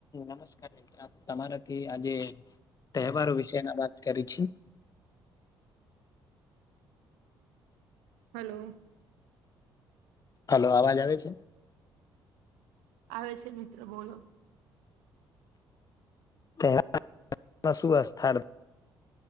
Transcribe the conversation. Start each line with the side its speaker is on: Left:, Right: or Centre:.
Left: નમસ્કાર મિત્ર તમારાથી આજે તહેવારો વિશેના વાત કરી છે.
Right: હલો.
Left: હલો અવાજ આવે છે?
Right: આવે છે મિત્રો બોલો.
Left: શું અથળ <unintelligible>